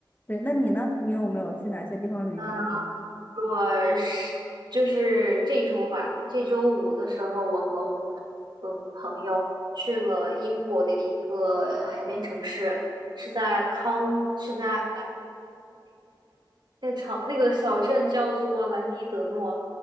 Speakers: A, on the left (about 25°); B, on the right (about 60°).
A: 对，那你呢？你有没有去哪些地方旅游？
B: 啊。我是就是这周吧，这周五的时候，我和我的朋友去了英国的一个海边城市，是在康，是在那个城那个小镇叫做兰迪德诺。